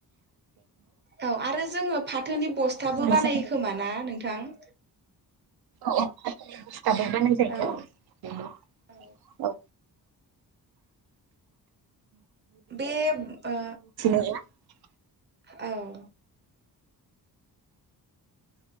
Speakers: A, on the right (about 25°); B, on the right (about 70°).
A: औ आरो जोङो फाथोनि बस्थाबो
B: नारजि
A: बानायो
B: औ
A: खोमा ना नों थां।
B: औ औ थाबा बानाय जायो
A: औ औ
B: औ।
A: बे ओ
B: <inaudible> <unintelligible> <inaudible>
A: औ